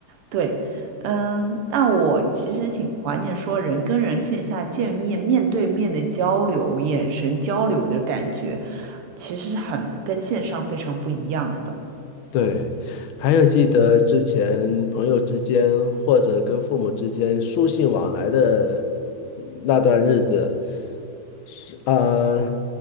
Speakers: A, on the right; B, on the left.
A: 对，嗯，但我其实挺怀念说人跟人线下见面、面对面的交流、眼神交流的感觉，其实很跟线上非常不一样的。
B: 对，还有记得之前朋友之间或者跟父母之间书信往来的那段日子，是呃，